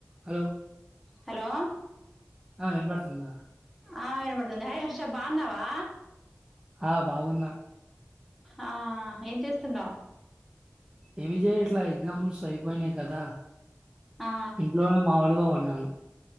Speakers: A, on the right; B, in the centre.
A: Hello
B: hello
A: ఆ విన తుంద
B: ఆ వినబడుతుంది హయ్ హర్ష బా ఉన్నవా
A: ఆ బాగున్నా
B: ఆ ఏం చేస్తున్నావు్
A: ఏమి చేయట్లా ఎగ్జామ్స్ అయిపోయినాయి కదా
B: ఆ
A: ఇంట్లోనే మాములుగా ఉం అవును